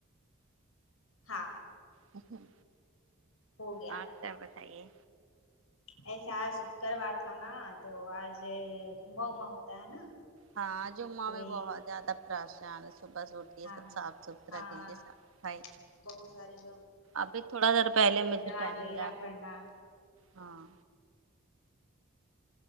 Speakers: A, on the left; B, on the right.
A: ہاں
B: ای ہں
A: ہو گیا
B: اور کیا بتائیے
A: ایسے آج شکروار تھا نا تو آج جمعہ وما ہوتا ہے نا
B: ہاں جمعہ
A: تو
B: میں
A: وہی
B: بہت زیادہ پریشان صبح سے اٹھ یہ
A: ہاں
B: سب صاف ستھرا
A: ہاں
B: دیںے صفائی
A: بہت سارے لوگ
B: ابھی تھوڑا دیر پہلے میکو
A: نماز
B: ٹائم
A: وغیرہ
B: ملا
A: پڑھنا
B: ہاں